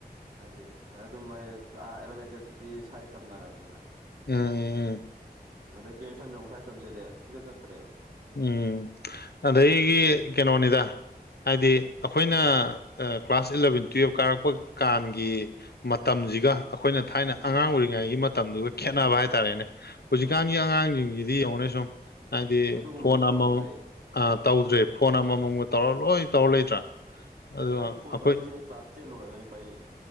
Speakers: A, on the right; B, on the left.
A: ꯍꯥꯏꯗꯤ ꯑꯗꯨꯝ ꯑꯩ ꯑꯦꯂꯃꯦꯟ ꯇꯨꯋꯞꯇꯨꯗꯤ ꯁꯋꯥꯥꯏꯗ ꯇꯝꯅꯔꯕꯅꯤꯅ
B: ꯎꯝ ꯎꯝ ꯎꯝ
A: ꯑꯗꯩ ꯒ꯭ꯔꯦꯖꯨꯁꯟ ꯃꯨꯛ ꯁ꯭ꯋꯥꯏ ꯇꯝꯁꯤꯜꯂꯦ ꯁꯨꯡꯆꯠ ꯆꯠꯇ꯭ꯔꯦꯕ
B: ꯎꯝ ꯑꯗꯥꯒꯤ ꯀꯩꯅꯣꯅꯤꯗ ꯍꯥꯏꯗꯤ ꯑꯩꯈꯣꯏꯅ ꯀ꯭ꯂꯥꯁ ꯏꯂꯕꯦꯟ ꯇꯨꯌꯦꯜꯞ ꯀꯥꯔꯛꯄ ꯀꯥꯟꯒꯤ ꯃꯇꯝꯁꯤꯒ ꯑꯩꯈꯣꯏꯅ ꯊꯥꯏꯅ
A: ꯎꯝ
B: ꯑꯉꯥꯡ ꯑꯣꯏꯔꯤꯉꯩꯒꯤ ꯃꯇꯝꯗꯨꯒ ꯈꯦꯠꯅꯕ ꯍꯥꯏꯇꯥꯔꯦꯅꯦ ꯍꯧꯖꯤꯛꯀꯥꯟꯒꯤ
A: ꯎꯝ
B: ꯑꯉꯥꯡꯁꯤꯡꯁꯤ ꯗꯤ ꯌꯦꯡꯉꯅꯦ ꯁꯨꯝ ꯍꯥꯏꯗꯤ
A: ꯑꯗꯨꯒꯨꯝꯕꯗꯤ
B: ꯐꯣꯟ
A: ꯇꯧꯍꯟꯗ꯭ꯔꯦ
B: ꯑꯃꯃꯃꯨꯛ ꯑꯥ ꯇꯧꯗ꯭ꯔꯦ ꯐꯣꯟ ꯑꯃꯃꯝ
A: ꯎꯝ
B: ꯇꯧꯔ ꯂꯣꯏ ꯇꯧꯔ ꯂꯩꯇ꯭ꯔꯥ ꯑꯗꯨꯒ
A: ꯑꯩ ꯐꯣꯟ
B: ꯑꯩꯈꯣꯏ
A: ꯄꯥꯏꯔꯛꯏꯁꯦ ꯑꯩ ꯀ꯭ꯂꯥꯁ ꯇꯦꯟ ꯑꯣꯏꯔꯒꯅꯦ ꯄꯥꯏꯔꯛꯏꯁꯦ